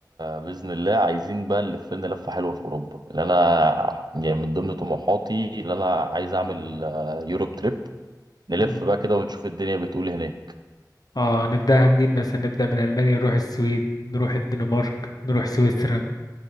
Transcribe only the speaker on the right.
بإذن الله عايزين بقى نلف لنا لفة حلوة في أوروبا اللي أنا يعني من ضمن طموحاتي اللي أنا عايز أعمل آه، يوروب تريب نلف
بقى كده ونشوف الدنيا بتقول إيه هناك